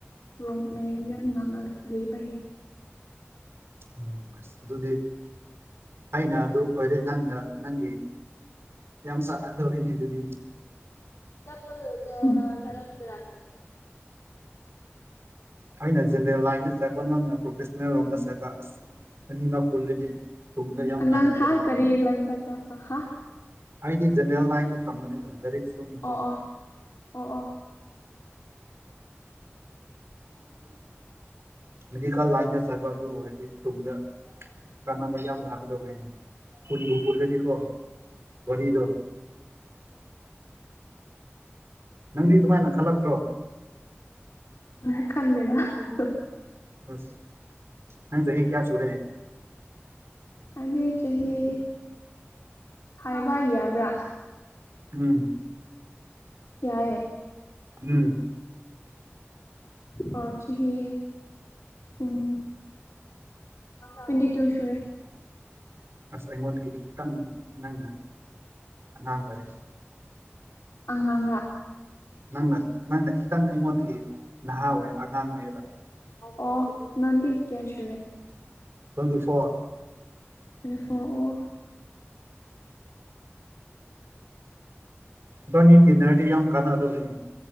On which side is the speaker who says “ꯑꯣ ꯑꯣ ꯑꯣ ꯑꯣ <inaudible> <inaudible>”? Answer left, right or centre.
Left